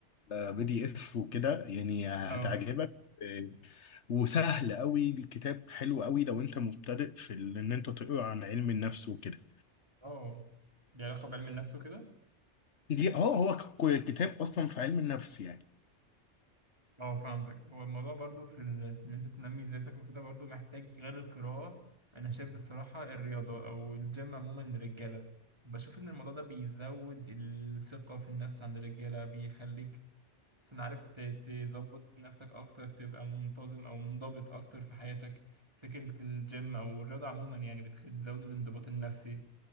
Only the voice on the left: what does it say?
بي دي اف وكده يعني هتعجبك
آه، وسهل قوي الكتاب حلو قوي لو انت مبتدئ في ال- ان انت تقرا عن علم النفس وكده
دي اه هو ك- كتاب اصلا في علم النفس يعني